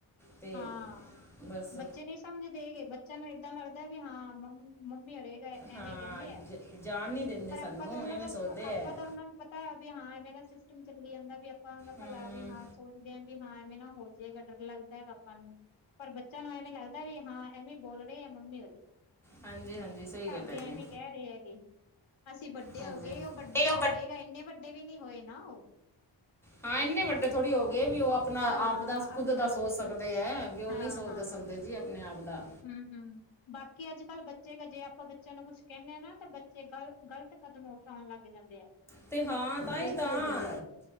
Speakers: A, in the centre; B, on the left.
A: ਤੇ
B: ਹਾਂ,
A: ਬਸ
B: ਬੱਚੇ ਨੀ ਸਮਝ ਦੇ ਹੈਗੇ ਬੱਚਿਆਂ ਨੂੰ ਏਦਾਂ ਲੱਗਦਾ ਵੀ ਹਾਂ ਮੰ ਮੰਮੀ ਅਰੇ ਤਾਂ
A: ਹਾਂ
B: ਐਵੇਂ ਕਹਿੰਦੇ ਆ,
A: ਜ- ਜਾਣ ਨਹੀਂ ਦਿੰਦੇ
B: ਪਰ
A: ਸਾਨੂੰ
B: ਆਪਾਂ ਤਾਂ ਉਹਨਾਂ
A: ਐਵੇਂ
B: ਦਾ,
A: ਸੋਚਦੇ
B: ਆਪਾਂ
A: ਹੈ
B: ਤਾਂ ਉਹਨਾਂ ਨੂੰ ਪਤਾ ਵੀ ਹਾਂ ਐਵੇਂ ਦਾ ਸਿਸਟਮ ਚੱਲੀ ਜਾਂਦਾ ਵੀ ਆਪਾਂ ਭਲਾ
A: ਹਮ,
B: ਵੀ ਹਾਂ ਸੋਚਦੇ ਆ ਵੀ ਵੀ ਹਾਂ ਐਵੇਂ ਨਾ ਹੋ ਜੇ ਡਰ ਲੱਗਦੈ ਗਾ। ਆਪਾਂ ਨੂੰ, ਪਰ ਬੱਚਿਆਂ ਨੂੰ ਐਵੇਂ ਲੱਗਦਾ ਵੀ ਹਾਂ ਐਵੇਂ ਬੋਲ ਰਹੇ ਮੰਮੀ ਹੋਰੀ
A: ਹਾਂਜੀ ਹਾਂਜੀ ਸਹੀ
B: ਘਰਦੇ
A: ਗੱਲ ਹੈ ਜੀ
B: ਐਵੇਂ ਕਹਿ ਰਹੇ ਹੈਗੇ ਅਸੀਂ ਵੱਡੇ
A: ਹਾਂਜੀ
B: ਹੋ ਗਏ ਵੱਡੇ
A: ਤੇ ਉਹ
B: ਹੋ ਗਏ ਐਨੇ ਵੱਡੇ ਵੀ ਨੀ ਹੋਏ ਨਾ ਓ।
A: ਹਾਂ ਐਨੇ ਵੱਡੇ ਥੋੜੇ ਹੋ ਗਏ ਵੀ ਓ ਆਪਣਾ
B: ਹਾਂ
A: ਆਪ ਦਾ
B: ਆਪਣਾ
A: ਖੁਦ ਦਾ
B: ਆਪਸ
A: ਸੋਚ ਸਕਦੇ ਐ। ਵੀ ਉਹ
B: ਹਾਂ
A: ਨੀ ਸੋਚਦੇ
B: ਹਾਂ
A: ਸਕਦੇ ਜੀ ਆਪਣੇ ਆਪ ਦਾ
B: ਹਮ- ਹਮ ਬਾਕੀ ਅੱਜ- ਕੱਲ ਬੱਚੇ, ਜੇ ਆਪਾਂ ਬੱਚਿਆਂ ਨੂੰ ਕੁਛ ਕਹਿੰਦੇ ਹਾਂ ਨਾ, ਤਾਂ ਬੱਚੇ ਗਲ ਗਲਤ ਕਦਮ ਉਠਾਣ ਲੱਗ ਜਾਂਦੇ ਐ‌।
A: ਤੇ ਹਾਂ ਤਾਈ ਤਾਂ,